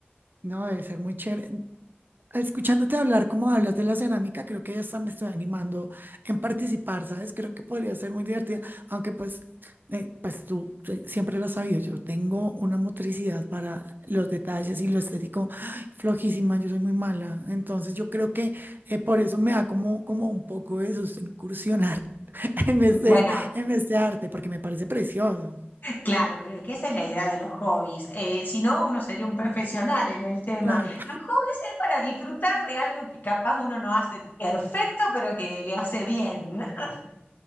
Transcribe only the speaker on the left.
Bueno,
claro, pero que esa es la idea de los hobbies. eh, si no, uno sería un profesional en el tema.
Los hobbies es para disfrutar de algo que capaz uno no hace perfecto, pero que le hace bien. <laughs>